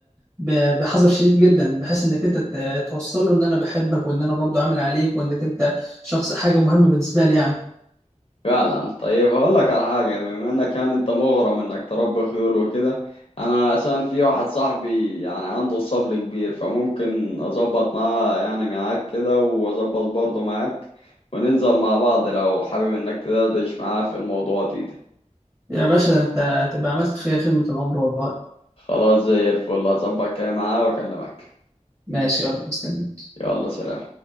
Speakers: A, on the right (about 25°); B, on the left (about 55°).
A: ب- بحذر شديد جدا بحيث انك انت توصل له ان انا بحبك وان انا برضو عامل عليك وانك انت شخص حاجه مهمه بالنسبه لي يعني
B: فعلا طيب هقول لك على حاجة بما انك كان انت مغرم انك تربي خيول وكده انا عشان في واحد صاحبي يعني عنده الصبل كبير فممكن اظبط معاه يعني معاك كده واظبط برضه معاك وننزل مع بعض لو حابب انك تدردش معاه في الموضوع دي
A: يا باشا ده انت تبقى عملت فيها خدمه العمر والله
B: خلاص زي الفل هظبط كده معاه واكلمك
A: ماشي يلا مستنيك
B: يلا سلام